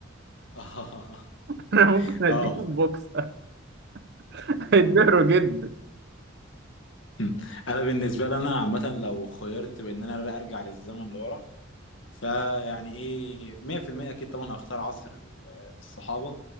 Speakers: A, on the left; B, on the right.
A: اه
B: <laughs> انا ممكن اديهم
A: اه
B: بوكسر <laughs> هيتبهروا جدا
A: <laughs> انا بالنسبه لي انا عامه لو خيرت بان انا ارجع للزمن لورا فيعني ايه 100% اكيد طبعا هختار عصر ال- الصحابه